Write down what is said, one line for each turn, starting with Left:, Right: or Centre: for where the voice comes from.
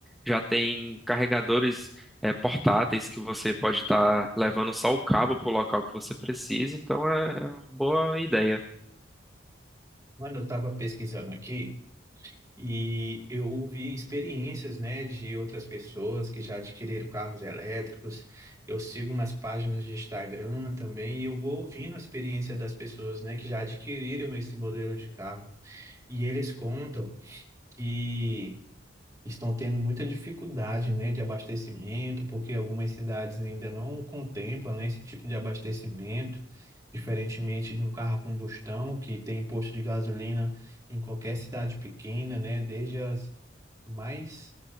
Centre: Já tem carregadores, é, portáteis que você pode estar levando só o cabo pro local que você precisa, então é é uma boa ideia.
Right: mano, eu estava pesquisando aqui e eu ouvi experiências, né, de outras pessoas que já adquiriram carros elétricos. Eu sigo umas páginas de Instagram também e eu vou ouvindo a experiência das pessoas, né, que já adquiriram esse modelo de carro. E eles contam que estão tendo muita dificuldade, né, de abastecimento, porque algumas cidades ainda não contemplam, né, esse tipo de abastecimento, diferentemente de um carro a combustão, que tem posto de gasolina em qualquer cidade pequena, né, desde as mais